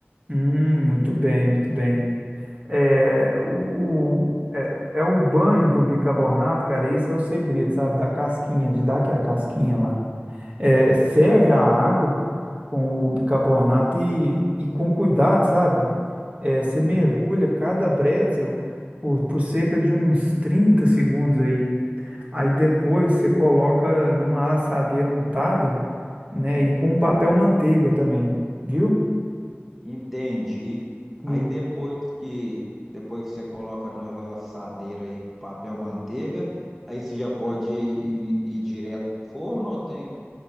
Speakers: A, on the right; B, in the centre.
A: Hum, muito bem, muito bem. É, o, o- é, é o banho do bicarbonato, cara, esse é o segredo, sabe? Da casquinha, de dar aquela casquinha lá. é, ferve a água com o bicarbonato e, e com cuidado, sabe? É, você mergulha
B: Uhum.
A: cada bretzel por, por cerca de uns 30 segundos aí. Aí depois você coloca numa assadeira untada, né? E com um papel manteiga também, viu?
B: Entendi.
A: E-
B: Aí depois que, depois que você coloca na assadeira aí com papel manteiga, aí você já pode ir, ir direto pro forno ou tem